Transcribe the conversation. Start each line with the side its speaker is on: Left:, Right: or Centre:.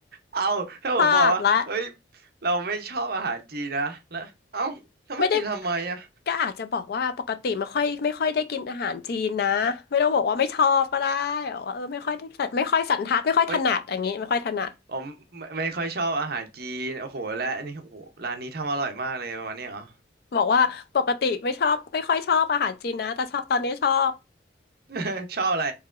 Right: เอาถ้าผมบอกว่าเฮ้ย
Left: พลาดละ
Right: เราไม่ชอบอาหารจีนนะแล้วเอ้าแล้วมากินทำไมอ่ะ
Left: ไม่ได้ก็อาจจะบอกว่าปกติไม่ค่อยไม่ค่อยได้กินอาหารจีนนะไม่ต้องบอกว่าไม่ชอบก็ได้บอกว่าเออไม่ค่อยได้สันไม่ค่อยสันทัดไม่ค่อยถนัดอย่างงี้ไม่ค่อยถนัด
Right: เอ้ยผมไม่ไม่ค่อยชอบอาหารจีนโอ้โหและอันนี้โอ้โหร้านนี้ทำอร่อยมากเลยประมาณเนี้ยเหรอ
Left: บอกว่าปกติไม่ชอบไม่ค่อยชอบอาหารจีนนะแต่ชอบตอนนี้ชอบ
Right: <laughs> ชอบอะไร